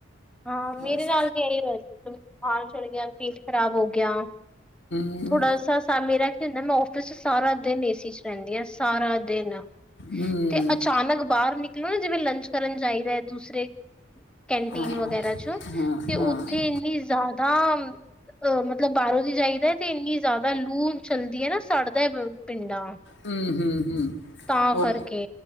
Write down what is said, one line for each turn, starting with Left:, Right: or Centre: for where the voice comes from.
Centre: ਹਾਂ ਮੇਰੇ
Left: ਬਸ
Centre: ਨਾਲ ਵੀ ਆ ਹੋਇਆ ਸੀ ਪੇਟ ਖਰਾਬ ਹੋ ਗਿਆ
Left: ਹੂੰ
Centre: ਥੋੜਾ ਸਾ ਸ ਮੇਰਾ ਕੀ ਹੁੰਦਾ ਮੈਂ ਫਿਸ ਚ ਸਾਰਾ ਦਿਨ ਏਸੀ ਚ ਰਹਿੰਦੀ ਹ ਸਾਰਾ ਦਿਨ
Left: ਹੂੰ
Centre: ਤੇ ਅਚਾਨਕ ਬਾਹਰ ਨਿਕਲੋ ਨਾ ਜਿਵੇਂ ਲੰਚ ਕਰਨ ਚਾਹੀਦਾ ਹੈ ਦੂਸਰੇ ਕਹ
Left: ਹਾਂ
Centre: ਵਗੈਰਾ ਚ
Left: ਹਾਂ
Centre: ਤੇ ਉੱਥੇ
Left: ਹਾਂ
Centre: ਇੰਨੀ ਜ਼ਿਆਦਾ ਅ ਮਤਲਬ ਬਾਹਰੋਂ ਦੀ ਜਾਈਦਾ ਤੇ ਇੰਨੀ ਜ਼ਿਆਦਾ ਲੂ ਚੱਲਦੀ ਨਾ ਸੜਦਾ ਬ ਪਿੰਡਾਂ
Left: ਹੂੰ ਹੂੰ ਹੂੰ
Centre: ਤਾਂ ਕਰਕੇ
Left: ਉਹ